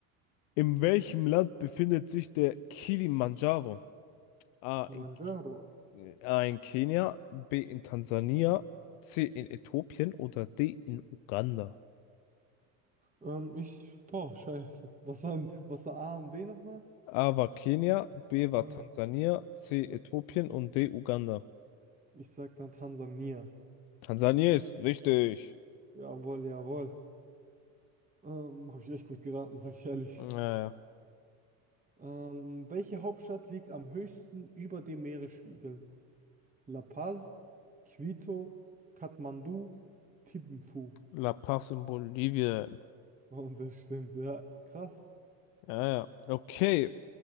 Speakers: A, on the left (about 75°); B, on the right (about 20°).
A: In welchem Land befindet sich der Kilimanjaro? A,
B: Kilimanjaro.
A: in A in Kenia, B in Tansania, C in Äthiopien oder D in Uganda.
B: Ähm, ich, boah, scheiße. Was, an, was war A und B nochmal?
A: A war Kenia, B war
B: Ah,
A: Tansania, C Äthiopien
B: okay.
A: und D Uganda.
B: Ich sag dann Tansania.
A: Tansania ist richtig.
B: Jawohl, jawohl. Ähm, habe ich echt gut geraten, sag ich ehrlich.
A: Äh,
B: Ähm, welche Hauptstadt liegt am höchsten über dem Meeresspiegel? La Paz, Quito, Kathmandu, Thimphu.
A: La Paz in Bolivien.
B: Und das stimmt, ja. Krass.
A: Ja, ja. Okay.